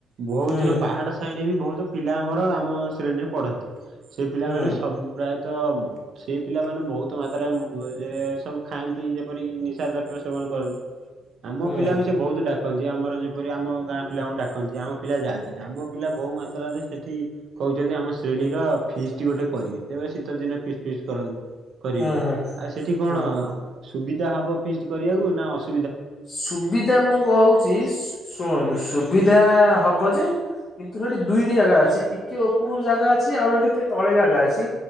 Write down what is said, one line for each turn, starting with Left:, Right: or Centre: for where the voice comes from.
Right: ବହୁତ
Left: ହୁଁ
Right: ଦିନ ପାହାଡ ସାହି ରେ ବି ବହୁତ। ପିଲା ଆମର ଆମ ଶ୍ରେଣୀରେ ପଢ଼ନ୍ତି ସେ ପିଲାମାନେ
Left: ହୁଁ
Right: ସବୁ ପ୍ରାୟ ତ ସେ ପିଲାମାନୋନ ବହୁତ ମାତ୍ରାରେ ଯେ ସବୁ ଖାଆନ୍ତି ଯେପରିକି ନିଶା ଦ୍ରବ୍ୟ ସେବନ କରନ୍ତି ଆମ
Left: ହୁଁ
Right: ପିଲାଙ୍କୁ ସେ ବହୁତ ଡାକନ୍ତି। ଯିଏ ଆମର ଯେପରି ଆମ ଗାଁ ପିଲାଙ୍କୁ ଡାକନ୍ତି ଆମ ପିଲା ଯାଆନ୍ତି ନା ଆମ ପିଲା ବହୁ ମାତ୍ରାରେ ସେଠି କହୁଛନ୍ତି ଆମ ଶ୍ରେଣୀର ଫିସ୍ ଟି ଗୋଟେ କରିବେ ଯେବେ ଶୀତ ଦିନେ ଫିସ୍ ଫିସ୍ କରନ୍ତି। କରିବେ
Left: ହୁଁ ହୁଁ
Right: ଆଉ ସେଠି କଣ
Left: ହୁଁ।
Right: ସୁବିଧା ହବ ପି କରିବାକୁ ନା ଅସ
Left: ସୁବିଧା ମୁଁ କହୁଛି ଶୁଣନ୍ତୁ ସୁବିଧା ହବ ଯେ କିନ୍ତୁ ସେଠି ଦୁଇଟି ଜାଗା ଅଛି ଟିକେ ଉପର ଜାଗା ଅଛି ଆଉ ଟିକେ ତଳେ ଜାଗା ଅଛି।